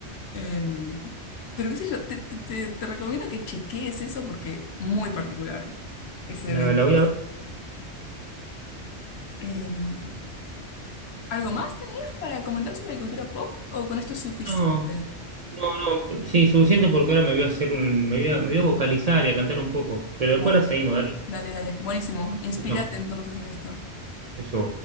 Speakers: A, on the left; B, on the right.
A: Em, pero qué sé yo, te, te- te- te recomiendo que chequees eso porque muy particular ese
B: la,
A: evento.
B: la voy a ver.
A: Em, ¿algo más tenías para comentar sobre cultura pop o con esto es suficiente?
B: No, no, no, sí, suficiente porque ahora me voy a hacer un, me voy a, me voy a vocalizar y a cantar un poco, pero
A: Bueno.
B: después la seguimos, dale.
A: Dale, dale. Buenísimo. Inspírate
B: Chau, chau.
A: entonces en esto.
B: Eso.